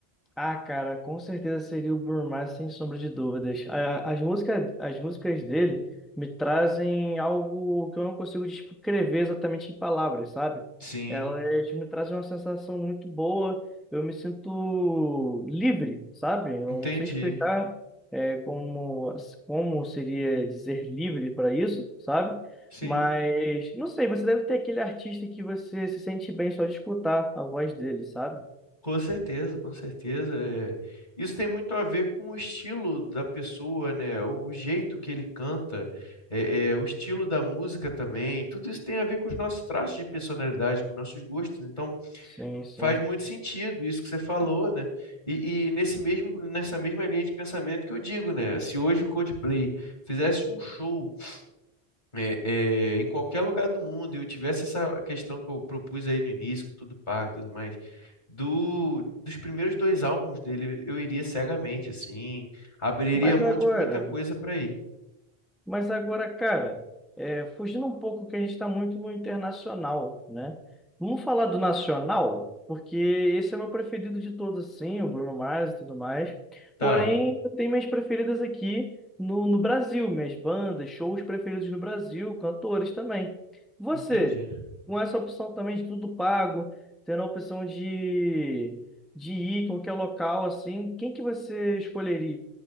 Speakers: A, in the centre; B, on the left.
A: Ah, cara, com certeza seria o Bruno Mars, sem sombra de dúvidas. A- As músicas, as músicas dele me trazem algo que eu não consigo descrever exatamente em palavras, sabe?
B: Sim,
A: Elas me trazem uma sensação muito boa, eu me sinto livre, sabe? Eu
B: entendi.
A: não sei explicar, é, como, como seria dizer livre para isso, sabe?
B: Sim.
A: Mas, não sei, você deve ter aquele artista que você se sente bem só de escutar a voz dele, sabe?
B: Com certeza, com certeza. é. Isso tem muito a ver com o estilo da pessoa, né? O jeito que ele canta, é, é, o estilo da música também. Tudo isso tem a ver com os nossos traços de personalidade, com nossos gostos. Então,
A: Sim, sim.
B: faz muito sentido isso que você falou, né? E, e nesse mesmo, nessa mesma linha de pensamento que eu digo, né? Se hoje o Coldplay fizesse um show é, é, em qualquer lugar do mundo, eu tivesse essa questão que eu propus aí no início, com tudo pago e tudo mais, do, dos primeiros dois álbuns dele, eu iria cegamente, assim, abriria
A: Mas
B: mão
A: agora,
B: de muita coisa para ir.
A: mas agora, cara, é, fugindo um pouco que a gente está muito no internacional, né? Vamos falar do nacional, porque esse é meu preferido de todos, assim, o Bruno Mars e tudo mais.
B: Tá,
A: Porém, eu tenho minhas preferidas aqui no, no Brasil, minhas bandas, shows preferidos no Brasil, cantores também. Você,
B: entendi.
A: com essa opção também de tudo pago, tendo a opção de, de ir em qualquer local, assim, quem que você escolheria?